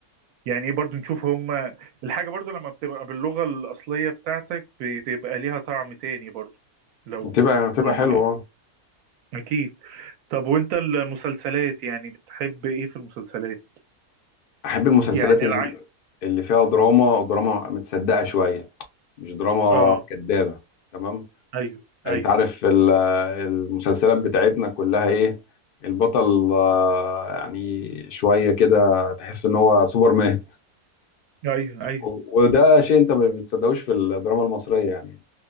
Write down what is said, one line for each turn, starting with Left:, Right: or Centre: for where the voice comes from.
Right: يعني ايه برضو نشوف هما الحاجة برضو لما بتبقى باللغة الأصلية بتاعتك بتبقى ليها طعم تاني برضو لو
Left: بتبقى بتبقى
Right: يعني
Left: حلوة
Right: لا
Left: اه
Right: أكيد طب وأنت المسلسلات يعني بتحب إيه في المسلسلات؟
Left: احب المسلسلات
Right: يعني أنا
Left: ال-
Right: عايز
Left: اللي فيها دراما دراما متصدقة شوية مش دراما
Right: آه
Left: كدابة تمام
Right: أيوه أيوه
Left: انت عارف ال- المسلسلات بتاعتنا كلها ايه البطل آه، يعني شوية كده تحس ان هو سوبرمان
Right: أيوه أيوه
Left: و- وده شيء انت ما بتصدقوش في الدراما المصرية يعني